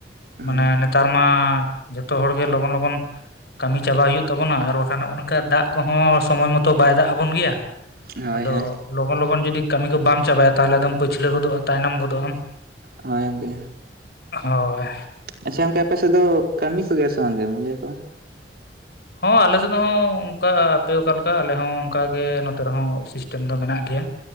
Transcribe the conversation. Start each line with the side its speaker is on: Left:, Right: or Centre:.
Right: ᱦᱳᱭ
Left: ᱢᱟᱱᱮ ᱱᱮᱛᱟᱨ ᱢᱟ ᱡᱚᱛᱚ ᱦᱚᱲ ᱜᱮ ᱞᱚᱜᱚᱱ ᱞᱚᱜᱚᱱ ᱠᱟᱹᱢᱤ ᱪᱟᱵᱟᱭ ᱦᱩᱭᱩᱜ ᱛᱟᱵᱚᱱᱟ ᱟᱨ ᱵᱟᱠᱷᱟᱱ ᱱᱚᱜ ᱱᱚᱝᱠᱟ ᱫᱟᱜ ᱠᱚᱦᱚᱸ ᱥᱚᱢᱚᱭ ᱢᱚᱛᱚ ᱵᱟᱭ ᱫᱟᱜ ᱟᱵᱚᱱ ᱜᱮᱭᱟ᱾
Right: ᱦᱳᱭ
Left: ᱟᱫᱚ
Right: ᱦᱳᱭ
Left: ᱞᱚᱜᱚᱱ ᱞᱚᱜᱚᱱ ᱡᱩᱫᱤ ᱠᱟᱹᱢᱤ ᱠᱚ ᱵᱟᱢ ᱪᱟᱵᱟᱭᱟ ᱛᱟᱦᱚᱞᱮ ᱟᱫᱚᱢ ᱯᱟᱹᱪᱷᱞᱟᱹ ᱜᱚᱫᱚᱜᱼᱟ ᱛᱟᱭᱱᱚᱢ ᱜᱚᱫᱚᱜᱼᱟᱢ᱾
Right: ᱦᱳᱭ ᱜᱚᱝᱠᱮ᱾
Left: ᱦᱳᱭ᱾
Right: ᱟᱪᱪᱷᱟ ᱜᱚᱝᱠᱮ ᱟᱯᱮ ᱥᱮᱫ ᱫᱚ ᱠᱟᱹᱢᱤ ᱠᱚᱜᱮᱭᱟ ᱥᱮ ᱵᱟᱝ ᱜᱮ ᱢᱩᱞᱤᱭᱟᱹ ᱠᱚ
Left: ᱦᱚᱸ ᱟᱞᱮᱥᱮᱫ ᱦᱚᱸ ᱚᱱᱠᱟ ᱟᱯᱮ ᱚᱠᱟᱞᱮᱠᱟ ᱠᱟ ᱟᱞᱮ ᱦᱚᱸ ᱚᱱᱠᱟ ᱜᱮ ᱱᱚᱛᱮ ᱨᱮᱦᱚᱸ ᱥᱤᱥᱴᱮᱢ ᱫᱚ ᱢᱮᱱᱟᱜ ᱜᱮᱭᱟ